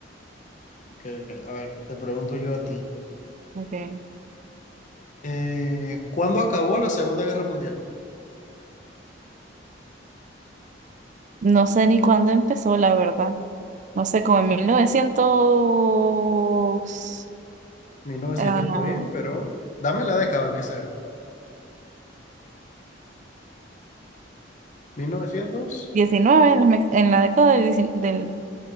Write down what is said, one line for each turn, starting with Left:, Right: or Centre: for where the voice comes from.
Left: ok, ok. A ver, te pregunto yo a ti.
Right: Ok.
Left: Eh, ¿cuándo acabó la Segunda Guerra Mundial?
Right: No sé ni cuándo empezó, la verdad. No sé, como en mil novecientos
Left: mil novecientos
Right: ah,
Left: está bien, pero dame la década, aunque sea. mil novecientos
Right: 19 en la, me- en la década del, 19 del...